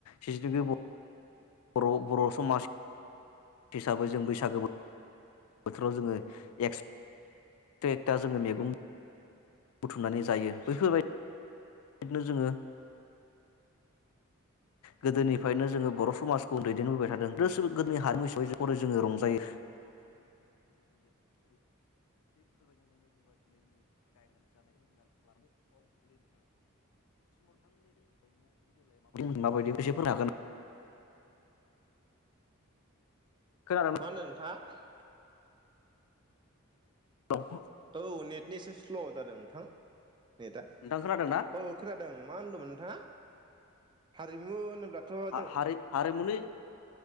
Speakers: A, on the left (about 85°); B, on the right (about 20°).
A: जिथुनिखि ब बर' बर' समाज। हिसाबै जों बैसागो बोथोराव डेक्स एकथा जोङो मेगं बुथुमनानै जायो बैफोर बायद नो जोङो गोदोनिफ्रायनो जोङो बर' समाजखौ दैदेनबोबाय थादों गासेबो गोदोनि हारिमु हिसाबै जोङो रंजायो <unintelligible> मा बायदिखौ एसेफोर हागोन। खोनादों
B: मा होन्दों नोंथाङा?
A: <inaudible>
B: औ नेटनिसे स्ल' जादों नोंथां। नेटदा
A: नोंथां खोनादोंना?
B: औ खोनादों मा होनदोंमोन नोंथाङा? हारिमु होनोब्लाथ'
A: हा-हारि-हारिमुनि
B: जों